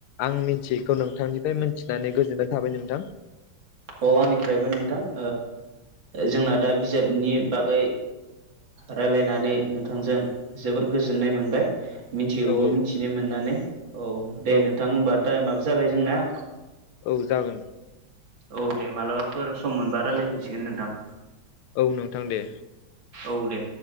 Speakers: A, on the left (about 90°); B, on the right (about 65°).
A: आं मिथियैखौ नोंथांनिफ्राय मिथिनानै गोजोननाय थाबाय नोंथां।
B: औ आंनिफ्रायबो नोंथां। जोंना दा बिजाबनि बागै रायलायनानै नोंथांजों। जोबोर गोजोननाय मोनबाय। मिथियैखोबो
A: औ औ
B: मिथिनो मोननानै औ दे
A: औ
B: नोंथां होनबा टाइमाबो जाबाय जोंना।
A: औ जागोन।
B: औ दे मालाबाफोर सम मोनबा रायजलायफिनसिगोन नोंथां।
A: औ नोंथां दे।
B: औ दे।